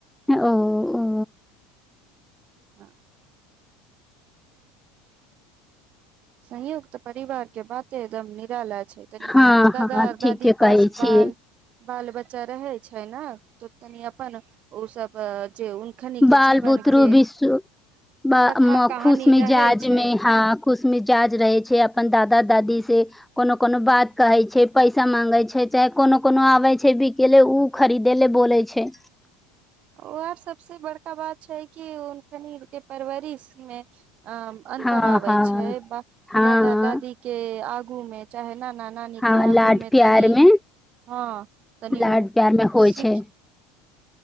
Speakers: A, in the centre; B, on the right.
A: ओ ओ
B: हँ संयुक्त परिवार के बातेदम निरााल तनी
A: हँ
B: दादा
A: हँ
B: दादी
A: ठीके
B: पास
A: कहै
B: बाल
A: छियै
B: बाल बच्चा रहै छै ने तऽ तनि अपन ओ सब जे उनखनी के
A: बाल
B: जीवन
A: बुतरु
B: के
A: विश्व
B: कथा कहानी
A: खुशमिजाजमे
B: रहै छै
A: हँ खुशमिज जााज रहे छै अपन दादा दादी से कोनो कोनो बात कहे छै पैसा मांगे छै छै चाहे कोनो कोनो आबै छै बिकेले ओ खरीदे ले बोलै छै
B: ओ आर सबस बड़का बात छै किनि के परवरिशमे अ अन्तर
A: हँ
B: आबे
A: हँ
B: छै ब
A: हँ
B: दादा दादी के आग घुमे चाहे न अप नानी
A: हँ
B: के आगूमे
A: लाड प्यार
B: तनि
A: मे
B: हँ तनि
A: लाड
B: ओ
A: प्यार मे होइ
B: सीख
A: छै